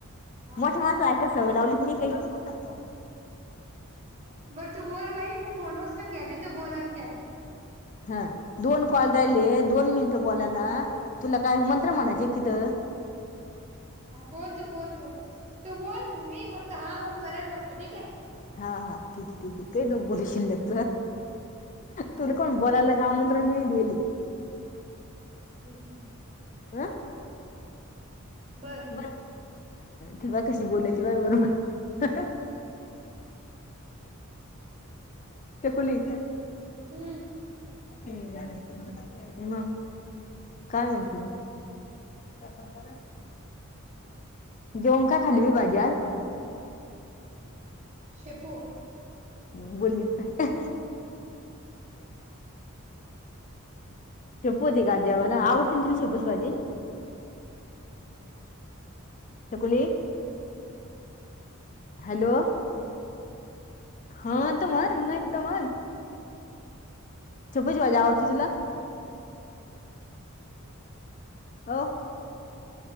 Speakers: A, on the right (about 30°); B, on the left (about 35°).
A: हा
B: मोठे माणसात काय सवय लावलीच नाही काही.
A: बरं तू बोल बाई मी फोन उचलून घे जाईन तू बोलून घे जा.
B: हा दोन कॉल राहिले दोन मिनिटं बोलायला. तुला काय मंत्र म्हणायचे का तिथं?
A: हा बोल तू बोल बोल. तू बोल मी फक्त हा हो करेन फक्त ठीक आहे?
B: हा हा ठीक आहे ठीक आहे. ते दोघे बोलू शिल्लक
A: हा
B: तुला कोण बोलायला आमंत्रण नाही दिली.
A: हम्म.
B: हं.
A: बरं.
B: बर हा. तेव्हा कशी बोलती बाई बरोबर. ते कोणी
A: हम्म.
B: हम्म. मग काय म्हणते मग? <unintelligible> जेवण काय खाल्ली बाई भाजी आज?
A: शेपू.
B: हम्म बोलली पाय. शेपू होती काय आज जेवायला? आवडते ना तुला शेपूची भाजी? छकुली हॅलो. हा तर म्हण, नाही तर म्हण. शेपूची भाजी आवडते तुला? हो.